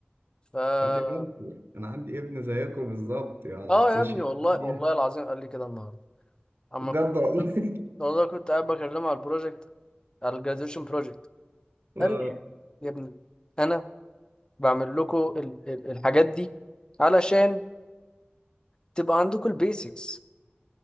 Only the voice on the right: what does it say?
خلي بالكم انا عندي ابن زيكم بالظبط يقعد
على السوشيال
ميديا
بجد
والله
<laughs>
آه.